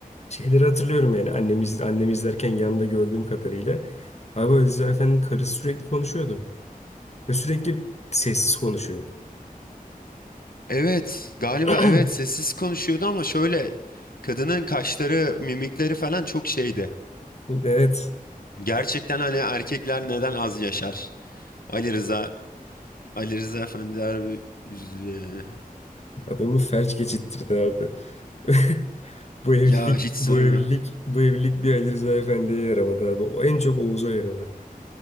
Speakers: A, on the left; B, on the left.
A: şeyleri hatırlıyorum yani annemiz annemi izlerken yanında gördüğüm kadarıyla. Abi Ali Rıza Efendi'nin karısı sürekli konuşuyordu. Ve sürekli sessiz konuşuyordu.
B: Evet. Galiba
A: <clears throat>
B: evet sessiz konuşuyordu ama şöyle kadının kaşları, mimikleri falan çok şeydi.
A: Evet.
B: Gerçekten hani erkekler neden az yaşar? Ali Rıza, Ali Rıza Efendi harbi üzücü.
A: Adamı felç geçittirdi abi. <laughs> Bu evlilik,
B: Ya hiç sonra.
A: bu evlilik, bu evlilik bir Ali Rıza Efendi'ye yaramadı abi. O en çok Oğuz'a yaradı.